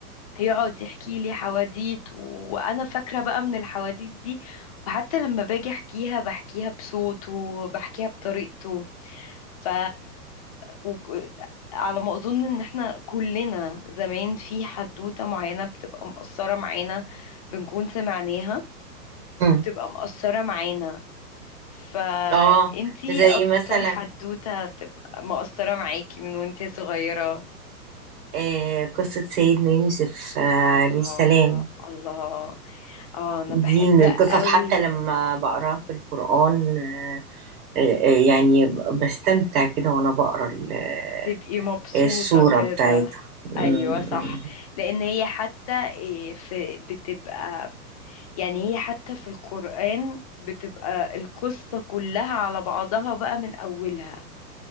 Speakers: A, on the left (about 25°); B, on the right (about 55°).
A: يقعد يحكي لي حواديت وانا فاكره بقى من الحواديت دي وحتى لما باجي احكيها بحكيها بصوته وبحكيها بطريقته ف وك... على ما اظن ان احنا كلنا زمان في حدوته معينه بتبقى مقصره معانا بنكون سمعناها
B: امم
A: بتبقى مقصره معانا فانتي
B: اه زي
A: اكتر
B: مثلا
A: حدوته تبقى مقصره معاكي من وانتي صغيره
B: آه قصة سيدنا يوسف آه
A: آه
B: عليه السلام
A: الله آه أنا
B: دي
A: بحب
B: من القصص
A: قوي
B: حتى لما بقراها في القرآن آه، آه، آه، يعني بستمتع كده وأنا بقرا ال- آه،
A: تبقي مبسوطة
B: السورة
A: كده
B: بتاعتها مم،
A: أيوة صح
B: مم.
A: لأن هي حتى إيه في بتبقى يعني هي حتى في القرآن بتبقى القصة كلها على بعضها بقى من أولها